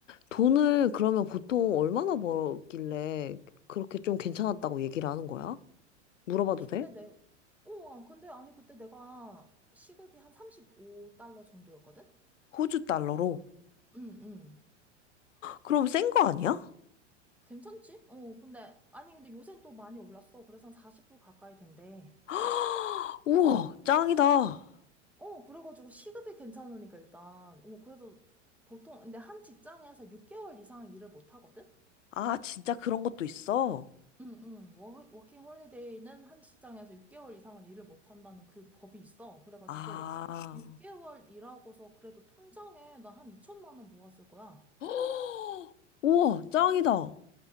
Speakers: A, on the left; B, in the centre.
A: 돈을 그러면 보통 얼마나 벌길래 그렇게 좀 괜찮았다고 얘기를 하는 거야? 물어봐도
B: 그때
A: 돼?
B: 내, 어, 아, 근데 아니, 그때 내가 시급이 한 35달러 정도였거든?
A: 호주 달러로?
B: 응, 응.
A: 그럼 센 거 아니야?
B: 괜찮지? 어, 근데, 아니, 근데 요새는 또 많이 올랐어. 그래서 한 40불 가까이 된대.
A: <gasps> 우와, 짱이다.
B: 어, 그래가지고 시급이 괜찮으니까 일단, 어, 그래서 보통, 근데 한 직장에서 6개월 이상 일을 못 하거든?
A: 아, 진짜 그런 것도 있어?
B: 응, 응. 워, 워킹 홀리데이는 한 직장에서 6개월 이상은 일을 못 한다는 그 법이 있어. 그래가지고,
A: 아.
B: 6개월 일하고서 그래도 통장에 나 한 2천만 원 모았을 거야.
A: <gasps> 우와, 짱이다.